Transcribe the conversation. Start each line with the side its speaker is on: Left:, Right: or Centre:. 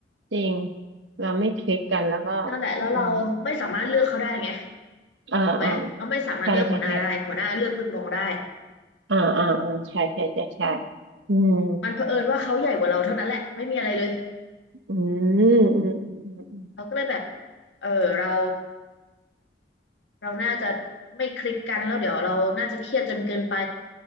Right: จริงเราไม่คลิกกันแล้วก็
Left: นั่นแหละแล้วเราไม่สามารถเลือกเขาได้ไง
Right: มันอ่าอ่า
Left: ถูกไหมเราไม่สามารถเลือกหัวหน้าได้หัวหน้าเลือกลูกน้องได้
Right: ใช่ใช่ใช่อ่าอ่าอ่าใช่ใช่ใช่ใช่อืม
Left: มันเผอิญว่าเขาใหญ่กว่าเราเท่านั้นแหละไม่มีอะไรเลย
Right: อืมอืมอืมอืมอืม
Left: เราก็เลยแบบเออเราเราน่าจะไม่คลิกกันแล้วเดี๋ยวเราน่าจะเครียดจนเกินไป